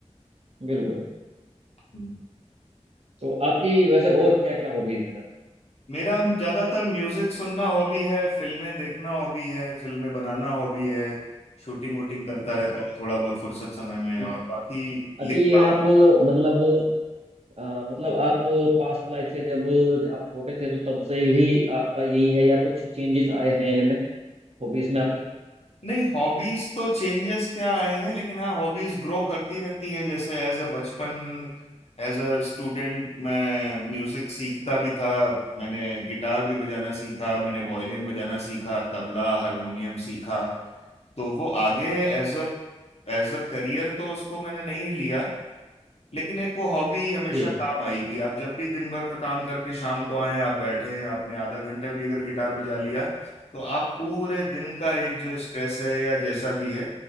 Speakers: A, on the right; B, on the left.
A: बिल्कुल
B: हम्म।
A: तो आपकी वैसे और क्या क्या हॉबीज हैं सर
B: मेरा ज्यादातर म्यूजिक सुनना हॉबी है फिल्में देखना हॉबी है फिल्में बनाना हॉबी है शूटिंग वूटिंग करता
A: अच्छा
B: रहता हूँ थोड़ा बहुत फुर्सत समय में
A: अ-
B: और बाकी
A: अच्छा
B: लिखता
A: ये आप
B: हूँ
A: मतलब अ, मतलब आप पास्ट लाइफ से जब आप छोटे थे तो तब से भी आपका यही है या कुछ चेंजेस आए हैं इनमें हॉबीज में आपकी
B: नहीं हॉबीज तो चेंजेस क्या आए हैं लेकिन हाँ हॉबीज ग्रो करती रहती हैं जैसे एज अ बचपन एज अ स्टूडेंट मैं म्यूजिक सीखता भी था मैंने गिटार भी बजाना सीखा मैंने वायलिन बजाना सीखा तबला हारमोनियम सीखा तो वो आगे as a as a career तो उसको मैंने नहीं लिया लेकिन एक वो हॉबी हमेशा
A: जी
B: काम आएगी आप जब भी दिन भर का काम करके शाम को आए आप बैठे हैं आपने आधा घंटा भी अगर गिटार बजा लिया तो आप पूरे दिन का एक जो स्ट्रेस है या जैसा भी है